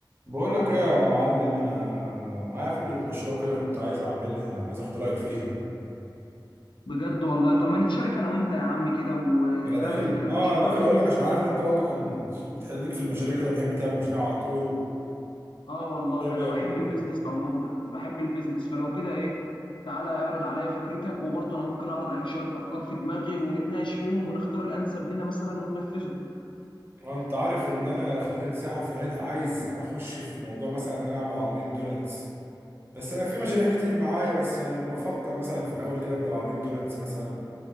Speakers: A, on the right; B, on the left.
A: بقول لك ايه يا معلم انا معايا فكره مشروع كده كنت عايز اعملها عايز اخد رايك فيها
B: بجد والله طب ما نتشارك انا وانت يا عم كده واعرض
A: انا داخل
B: فكرة
A: اه
B: مشروعك
A: داخل اقول لك عشان عارف ان انت برضو كان بتحليك في المشاريع كده وبتحب تعمل مشاريع على طول
B: اه والله
A: إيه
B: انا
A: رايك
B: بحب
A: كده
B: البيزنس عموما انا بحب البيزنس فلو كده ايه تعالى اعرض عليا فكرتك وبرضه انا ممكن اعرض عليك شوية افكار في دماغي ونتناقش فيهم ونختار الانسب لنا مثلا وننفذه
A: آه، انت عارف ان انا خريج سياحه وفنادق عايز اخش في موضوع مثلا ان انا اعمل عربيه دوناتس بس انا في مشاريع كتير معايا بس يعني بفكر مثلا في الاول كده ابدا بعربيه دوناتس مثلا